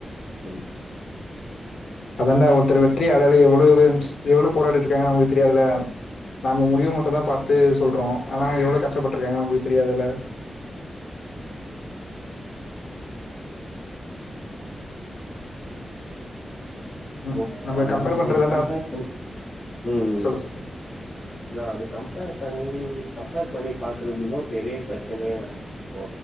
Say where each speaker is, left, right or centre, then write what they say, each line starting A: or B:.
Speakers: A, on the left (about 35°); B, on the left (about 70°).
A: <unintelligible>
B: அதாண்டா ஒருத்தர் வெற்றி <unintelligible> எவ்ளோ <inaudible> எவ்ளோ போராடிட்டு இருக்காங்கனு அவங்களுக்கு தெரியாதுல நம்ம முடிவு மட்டு தா பாத்து சொல்றோ ஆனா அவங்க எவ்ளோ கஷ்டபட்டுருக்காங்க நமக்கு தெரியாதுல ம்,
A: ஓ
B: நம்ம
A: அத
B: கம்பேர்
A: வந்து
B: பண்றதாண்டா
A: நம்ம கம்பேர் பண்ணி உம்
B: சொல்லு சொல்லு
A: நா அது கம்பேர் பண்ணி கம்பேர் பண்ணி பாக்குறதுன்ன ஒரு பெரிய பெரச்சனையே தா இப்போ